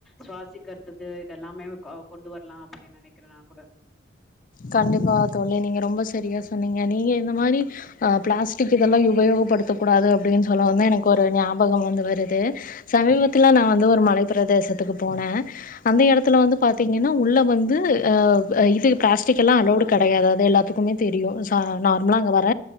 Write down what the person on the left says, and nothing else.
கண்டிப்பா தோழி நீங்க ரொம்ப சரியா சொன்னீங்க நீங்க இந்த மாரி அ பிளாஸ்டிக் இதெல்லா உபயோகப்படுத்தக்க கூடாது அப்டின் சொல்லவுந்தா வந்து எனக்கு ஒரு ஞாபகோ வந்து வருது சமீபத்துல நா வந்து ஒரு மலை பிரதேசத்துக்கு போனே அந்த எடத்துல வந்து பாத்தீங்கன்னா உள்ள வந்து அ இது பிளாஸ்டிக்கெல்லா அளோடு கெடையாது அது எல்லாத்துகுமே தெரியு அ நார்மலா அங்க வர